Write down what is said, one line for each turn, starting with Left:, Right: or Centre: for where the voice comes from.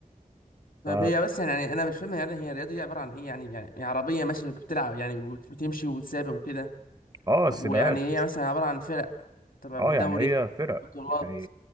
Left: طيب
Right: ف
Left: هي بس يعني يعني انا مش فاهم يعني هي الرياضه دي عباره عن ايه يعني يعني هي عربيه ماشيه بتلعب يعني بت- بتمشي وتسابق وكده
Right: اه
Left: طب
Right: السباقات
Left: ويعني هي مثلا عباره عن فرق طب
Right: اه يعني
Left: دوري
Right: هي فرق
Left: بطولات
Right: يعني